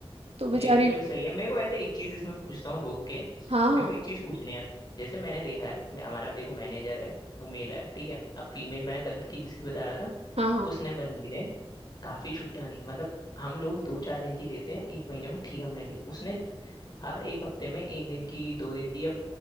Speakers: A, on the right (about 85°); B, on the left (about 45°).
A: तो बेचारी
B: ये तो चलो सही है मेरे को वैसे एक चीज इसमें पूछता हूँ रोक के मेरे
A: हाँ हाँ
B: को एक चीज पूछनी है जैसे मैंने देखा है मैं- हमारा देखो मैनेजर है वो मेल है ठीक है अब फीमेल मैंने कल की जिसकी बता रहा था
A: हाँ हाँ
B: उसने बंदी ने काफी छुट्टियां ली मतलब हम लोग दो चार दिन की लेते हैं एक महीने में ठीक हमने ली उसने हर एक हफ्ते में एक दिन की दो दिन की या